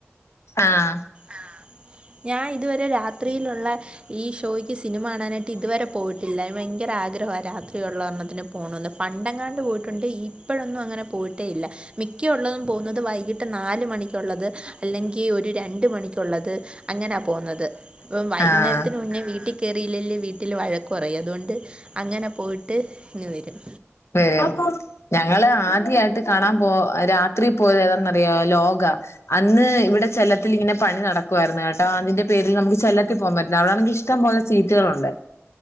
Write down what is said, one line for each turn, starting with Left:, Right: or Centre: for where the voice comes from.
Left: ആഹ്
Right: ആഹ് ഞാൻ ഇതുവരെ രാത്രീലുള്ള ഈ ഷ് ഷോയ്ക്ക് സിനിമ കാണാനായിട്ട് ഇതുവരെ പോയിട്ടില്ല അയ്ന് ഭയങ്കര ആഗ്രഹാ രാത്രിയുള്ള ഒരെണ്ണം ത്തിന് പോണംന്ന് പണ്ടങ്ങാണ്ട് പോയിട്ടുണ്ട് ഇപ്പഴൊന്നും അങ്ങനെ പോയിട്ടേ ഇല്ല മിക്ക ഒള്ളതും പോവുന്നത് വൈകിട്ട് നാല് മണിക്കുള്ളത് അല്ലെങ്കി ഒരു രണ്ട് ക്കുള്ളത് അങ്ങനെ പോന്നത് വൈകുന്നേരത്തിന്
Left: ആഹ്
Right: മുന്നേ വീട്ടി കേറില്ലേല് വീട്ടില് വഴ ക്കു പറയും അതൊണ്ട് അങ്ങനെ പോയിട്ട് ഇങ് വെരും
Left: വെരും ഞങ്ങള് ആദ്യായിട്ട് കാണാൻ പോ രാ ത്രി പോയതേതാന്നറിയൊ ലോക അന്ന് ഇവിടെ ചെല്ലത്തിൽ ഇങ്ങനെ പണി നടക്ക ക്കുവായിരുന്നു കേട്ടാ അതിന്റെ പേരിൽ നമുക്ക് ചെല്ലത്തി പോവാൻ പറ്റില്ല അവിടാണെങ്കി ഇഷ്ടംപേലെ സീറ്റുകളുണ്ട്